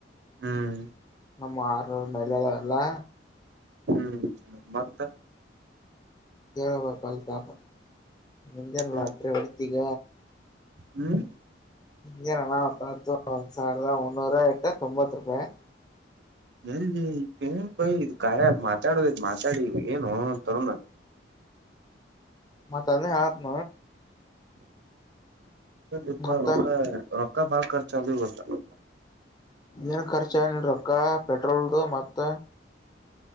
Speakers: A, on the right; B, on the left.
A: ಹ್ಮ್
B: ನಮ್ಮ ಆರ್ರ ಮೇಲೆಳಲ್ಲ
A: ಹ್ಮ್ ಹ್ಮ್ ಮತ್ತ
B: ಕೇಳಬೇಕ ಕಲ್ ತಾಪ ಮುಜನ
A: ಹ
B: ಲಾಟ್ರಿ ಒತೀಗ
A: ಹ್ಮ್
B: ಹ ನಲ್ಲತ್ತು ಒಂದ ಸಾವಿರದ ಮುನ್ನೂರು ಎಟ ತೊಂಬತ್ತು ರೂಪಾಯಿ
A: ಎಲ್ಲಿನ್ೈ ಕಾರ್ಯ ಮಾತಾಡೋದ ಇ ಮಾತಾಡಿ ಏನು ತರೋಣ
B: ಮತ್ತ ಅದನೇ ಆತ್್ಮ
A: ಇಪ್ಪ
B: ಮತ್ತ
A: ರೊಕ್ಕ ಪಕ್ಕ ಭಾರ ರ್ಚ ಅದು ಬತ
B: ಏನ್ ಖರ್ಚ ಏನ್ರಕ್ಕ ಪೆಟ್ರೋಲ್ದು ಮತ್ತ